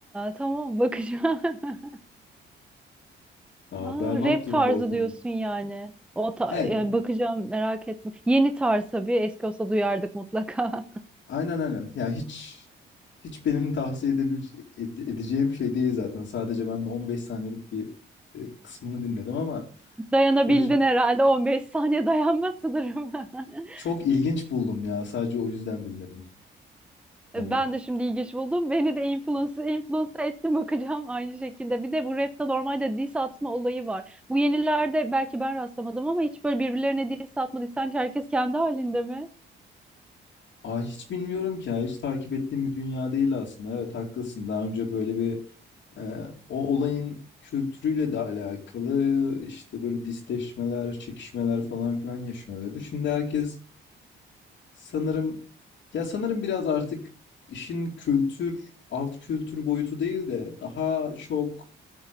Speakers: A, in the centre; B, on the left.
A: tamam bakacağım. <laughs>
B: Aa,
A: Aa,
B: berbat
A: rap
B: durumda
A: tarzı
B: Okan'ın.
A: diyorsun yani. O ta-
B: Evet
A: e, bakacağım merak ettim. Yeni tarz tabii. Eski olsa duyardık mutlaka. <laughs>
B: Aynen aynen. Ya hiç hiç benim tavsiye edebilece- ede- edeceğim şey değil zaten. Sadece ben de 15 saniyelik bir e, kısmını dinledim ama
A: Dayanabildin
B: r-
A: herhalde 15 saniye dayanma sınırım. <laughs>
B: çok ilginç buldum ya. Sadece o yüzden dinledim. Hani
A: Ben de şimdi ilginç buldum. Beni de influence, influence ettim bakacağım aynı şekilde. Bir de bu rapte normalde diss atma olayı var. Bu yenilerde belki ben rastlamadım ama hiç böyle birbirlerine diss atma. Sanki herkes kendi halinde mi?
B: aa hiç bilmiyorum ki ya. Hiç takip ettiğim bir dünya değil aslında. Evet haklısın. Daha önce böyle bir e, o olayın kültürüyle de alakalı işte böyle disleşmeler, çekişmeler falan filan yaşanıyordu. Şimdi herkes Sanırım ya sanırım biraz artık işin kültür, alt kültür boyutu değil de daha çok